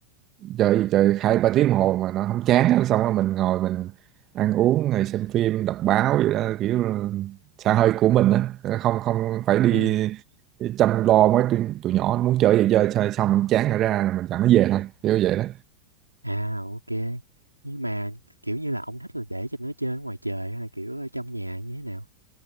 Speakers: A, on the right; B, on the right.
A: chơi gì chơi hai ba tiếng đồng hồ mà nó không chán á. xong rồi mình ngồi mình ăn uống rồi xem phim đọc báo gì đó kiểu xã hội của mình á Ờ, không không phải đi
B: Ừ.
A: chăm lo mấy tụi, tụi nhỏ nó muốn chơi gì chơi chơi xong chán rồi ra rồi mình dẫn nó về thôi kiểu vậy đó
B: À ok. Nhưng mà kiểu như là ông thích là để cho nó chơi ở ngoài trời hay là kiểu ở trong nhà như thế nào?